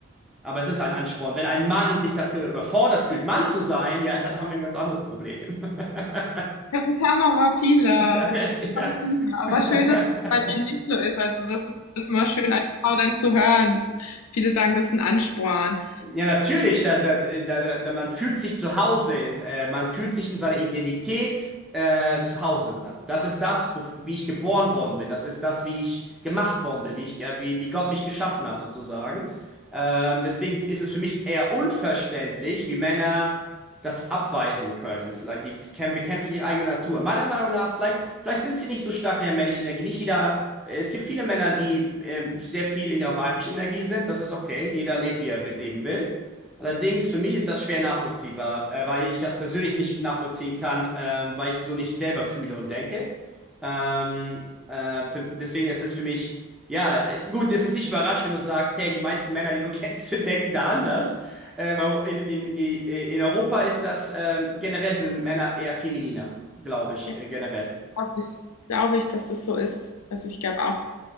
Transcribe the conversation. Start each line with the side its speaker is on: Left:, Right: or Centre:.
Centre: Aber es ist ein Ansporn. Wenn ein Mann sich dafür überfordert fühlt, Mann zu sein, ja, <laughs> dann haben wir ein ganz anderes Problem. <laughs>
Left: Ja, das haben aber viele.
Centre: <laughs>
Left: Ich glaube, das
Centre: ja.
Left: haben viele. Aber
Centre: <laughs>
Left: schön, dass es bei dir nicht so ist. Also das ist, das ist immer schön, als Frau dann zu hören. Das, viele sagen, das ist ein Ansporn.
Centre: Ja, natürlich, da, da, da, da, man fühlt sich zu Hause, äh, man fühlt sich in seiner Identität äh, zu Hause. Man, das ist das, wo, wie ich geboren worden bin, das ist das, wie ich gemacht worden bin, wie, ich, äh, wie, wie Gott mich geschaffen hat, sozusagen. Ähm, deswegen ist es für mich eher unverständlich, wie Männer das abweisen können. Es, ist like, die f- kämpfen kämpfen ihre eigene Natur. Meiner Meinung nach, vielleicht, vielleicht sind sie nicht so stark in der männlichen Energie. Nicht jeder Es gibt viele Männer, die äh, sehr viel in ihrer weiblichen Energie sind. Das ist okay. Jeder lebt, wie er wi- leben will. Allerdings, für mich ist das schwer nachvollziehbar, äh, weil ich das persönlich nicht nachvollziehen kann, äh, weil ich so nicht selber fühle und denke. Ähm, äh, für, deswegen ist es für mich, ja, äh, gut, es ist nicht überraschend, wenn du sagst, hey, die meisten Männer, die du kennst, <laughs> denken da anders. Ähm, in, in, in in Europa ist das ähm, generell sind Männer eher femininer, glaube ich,
Left: Ja,
Centre: äh, generell.
Left: glaube ich, glaube ich, dass das so ist. Also ich glaube auch,